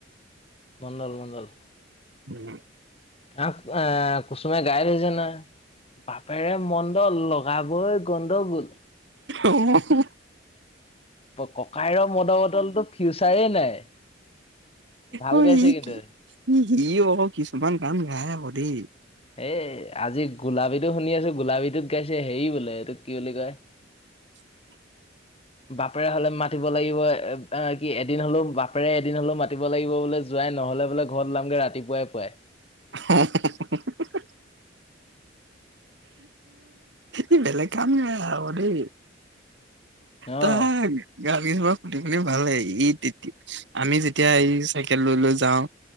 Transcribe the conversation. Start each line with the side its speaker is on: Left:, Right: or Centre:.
Left: মন্দল মন্দল।
Right: উম।
Left: আহ এ কুচুমে গাই ধৈছে না বাপেৰে মন্দ লগাবই। গণ্ডগোল।
Right: উ হু।
Left: ককাইৰ মদ বটলতো ফিউচাৰে নাই। ভাল
Right: অ
Left: গাইছে
Right: ই
Left: কিন্তু
Right: ই সি আক কিছুমান গান গাই আকৌ দেই।
Left: এই আজি গোলাবীটো শুনি আছো গোলাবীটোত গাইছে হেৰি বোলে এইটোক কি বুলি কয়।
Right: <unintelligible>
Left: বাপেৰে হলে মাতিব লাগিব এ কি এদিন হলেও বাপেৰে এদিন হলেও মাতিব লাগিব বোলে যোৱা। নাই নহ'লে বোলে ঘৰত ওলামগে ৰাতিপুৱাই পুৱাই
Right: হ <unintelligible> ই বেলেগ কাম নাই আৰু দেই।
Left: অহ
Right: তাক গা <unintelligible> <unintelligible> ভালেই ই তেতিয়া, আমি যেতিয়া এই চাইকেল লৈ লৈ যাওঁ